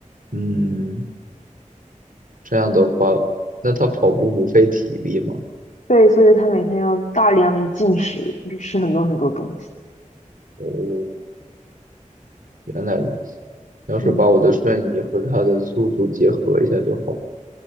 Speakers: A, on the right (about 85°); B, on the left (about 70°).
A: 嗯，这样的话，那他跑步不费体力吗？
B: 对，所以他每天要大量进食，就吃很多很多东西，
A: 哦，原来如此。要是把我的瞬移和它的速度结合一下就好了，
B: 嗯，